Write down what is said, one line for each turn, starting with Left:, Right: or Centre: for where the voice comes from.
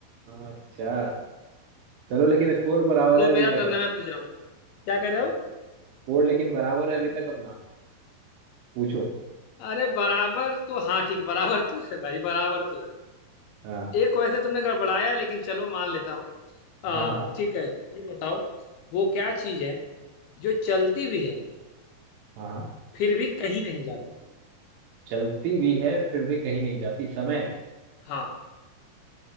Right: अच्छा चलो लेकिन स्कोर बराबर
Left: लो
Right: है अभी
Left: मेरा
Right: तक
Left: टर्न
Right: अपना
Left: है, मैं पूछ रहा हूँ क्या कर
Right: हाँ
Left: रहे हो
Right: स्कोर लेकिन बराबर है अभी तक अपना पूछो
Left: अरे बराबर तो हाँ ठीक बराबर तो है भाई बराबर तो है
Right: हाँ
Left: एक वैसे तुमने गड़बड़ाया लेकिन चलो मान लेता हूँ आ,
Right: हाँ हाँ
Left: ठीक है ये बताओ वो क्या चीज है जो चलती भी है
Right: हाँ हाँ
Left: फिर भी कहीं नहीं जाती
Right: चलती भी है फिर भी कहीं नहीं जाती समय
Left: हाँ